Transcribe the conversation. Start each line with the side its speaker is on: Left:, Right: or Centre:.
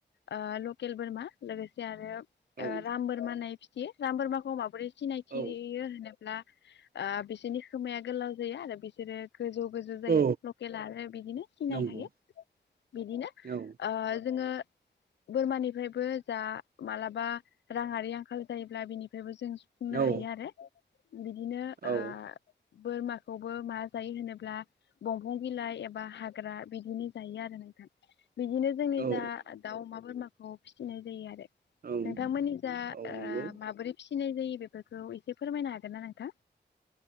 Left: ओ लकेल बोरमा लोगोसे आरो ओ
Right: औ
Left: राम बोरमा होननाय फि खि राम बोरमाखौ माबोरै सिनायथियो
Right: औ
Left: होनो ब्ला ओ बिसिनि खोमाया गोलाव जायो आरो बिसोरो गोजौ गोजौ जायो
Right: औ
Left: लकेल आरो बिदिनो सिनायखायो।
Right: नंगौ
Left: बिदिनो
Right: औ
Left: ओ जोङो बोरमानिफ्रायबो जा मालाबा राङारि आंखाल जायोब्ला बिनिफ्रायबो जों सुफुंनो
Right: औ
Left: हायो आरो। बिदिनो
Right: औ
Left: ओ बोरमाखौबो मा जायो होनोब्ला दंफां बिलाइ एबा हा ग्रा बिदिनो जायो आरो नों बिदिनो जोंनि
Right: औ
Left: जा दाउ, अमा, बोरमा न आव फिसिनाय जायो आरो।
Right: औ
Left: नोंथांमोननि जा ओ
Right: औ नंगौ
Left: माबोरै फि सिनाय जायो बेफोरखौ एसे फोरमायनो हागोन ना नोंथां।